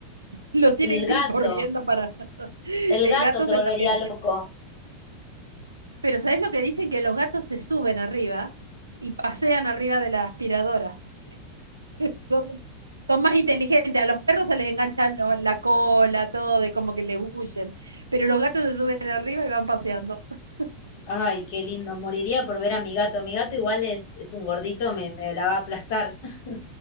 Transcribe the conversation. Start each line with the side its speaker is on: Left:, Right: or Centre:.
Left: <laughs>
Right: Lo tiene
Left: El
Right: que
Left: gato.
Right: ir corriendo para... <laughs>
Left: El
Right: El
Left: gato
Right: gato
Left: se
Right: se
Left: volvería
Right: enloquece.
Left: loco.
Right: Pero ¿sabes lo que dicen? Que los gatos se suben arriba y pasean arriba de la aspiradora. <laughs> Son, son más inteligentes. A los perros se les engancha lo- la cola, todo, de como que le huyen. Pero los gatos se suben arriba y van paseando. <laughs>
Left: Ay, qué lindo. Moriría por ver a mi gato. Mi gato igual es, es un gordito, me, me la va a aplastar. <laughs>